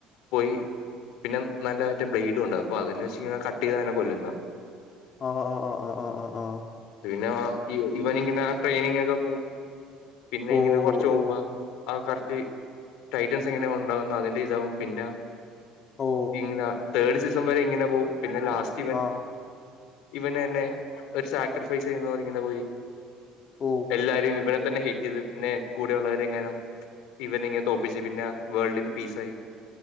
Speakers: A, on the left; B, on the left.
A: പോയി പിന്നെ നല്ല മറ്റോ ബ്ലേഡും ഉണ്ട് അപ്പോ അതിൻ്റെ ഷീണം കട്ട് ചെയ്താണ് കൊല്ലുന്നെ
B: അ അ അ അ അ ആഹ്
A: പിന്നെ ഇവ്ഇവനിങ്ങനെ ട്രെയിനിങ് ഒക്കെ പോവും പിന്നെ
B: ഓ
A: ഇങ്ങനെ കൊറച്ചു മുമ്പാ
B: ഓ
A: ആഹ് കറക്റ്റ് ടൈറ്റൺസ് എങ്ങനെയ ഉണ്ടാവുന്നു അതിന്റെ ഇതാവും പിന്നെ
B: ഓ ഓ
A: ഇങ്ങനെ തേർഡ് സീസം വരെ ഇങ്ങനെ പോകുംപിന്നെ ലാസ്റ്റ് ഇവൻ.
B: ആ
A: ഇവനന്നെ ഒരു സാക്രിഫൈസ് ചെയ്യുന്നത് പോലെ ഇങ്ങനെ പോയി
B: പോവും.
A: എല്ലാരും ഇവനെ തന്നെ ഹേറ്റ് ചെയ്ത് പിന്നെ കൂടെ ഉള്ളവരെങ്ങാനും ഇവനി ഇങ്ങനെ തോൽപ്പിച്ച് പിന്നെ വേൾഡിന് പീസായി.